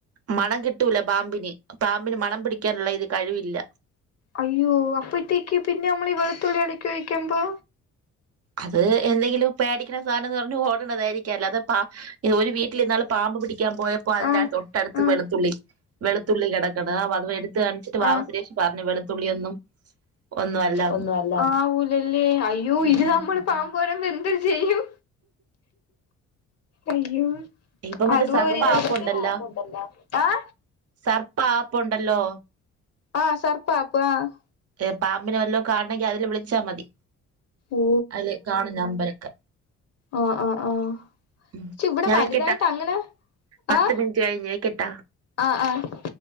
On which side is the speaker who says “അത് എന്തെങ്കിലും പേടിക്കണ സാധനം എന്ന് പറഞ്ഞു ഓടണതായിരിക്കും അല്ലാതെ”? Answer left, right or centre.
Right